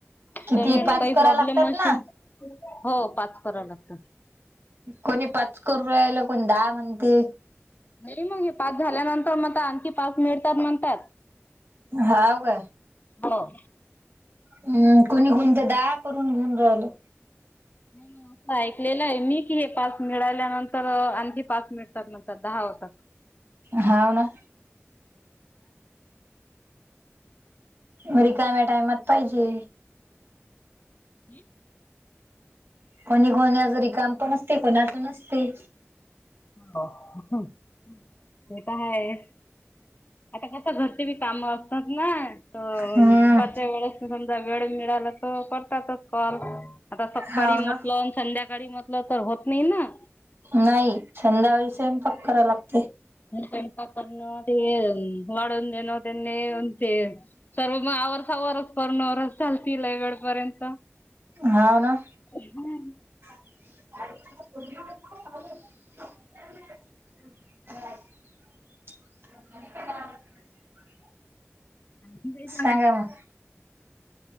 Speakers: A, on the right (about 50°); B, on the left (about 40°).
A: किती
B: तर म्हटलं
A: पाच
B: काही
A: करा
B: प्रॉब्लेम
A: लागतात
B: मशीन,
A: ना
B: हो पाच कराव लागता
A: कोणी पाच करु राहील, कोणी दहा म्हणती
B: नही मग हे पाच झाल्यानंतर मता आणखी पाच मिळतात म्हणतात
A: हाव का.
B: हो.
A: हम्म कोणी कोणत दा करून घेऊन राहिलं.
B: नाही असं ऐकलेलं आहे मी कि हे पाच मिळाल्यानंतर आणखी पाच मिळतात नंतर दहा. होता.
A: हाव ना. घ रिकाम्या टायमात पाहिजे.
B: हम.
A: कोणी कोणी जरी काम पण असते कोणाच नसते.
B: हो ते तर ह. आता कस घरचे बी काम असतात ना तर
A: हम्म
B: दुपारच्या वेळेस. वेळ मिळाला त करतातच कॉल. आता सकाळी
A: हाव ना
B: म्हटलं संध्याकाळी म्हटलं तर होत नाही ना.
A: नाही संध्याकाळी सेम पक् कराय लागत.
B: पणपाकरर्ण अ वाडनेनोदन. ते सर्व मग वर्ष वरस पन वरस चालतील वेळपर्यंत हम्.
A: हाव ना <inaudible> <inaudible>
B: आ का
A: सांगा
B: झा.
A: मग